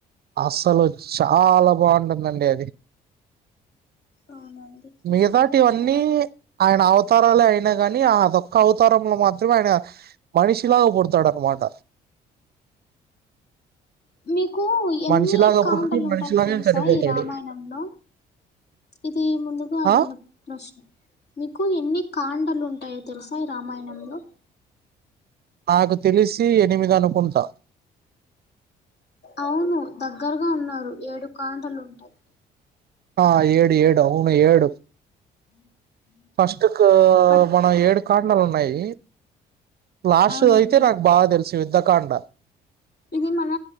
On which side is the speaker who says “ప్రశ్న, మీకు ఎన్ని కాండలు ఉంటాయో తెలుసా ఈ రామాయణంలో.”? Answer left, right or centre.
Left